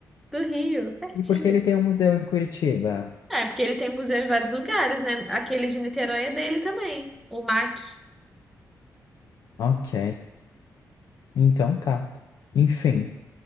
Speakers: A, in the centre; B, on the left (about 70°).
A: do Rio, pertinho.
B: E por que ele tem um museu em Curitiba?
A: É, porque ele tem museu em vários lugares, né? Aquele de Niterói é dele também, o MAC.
B: Ok, então tá. Enfim,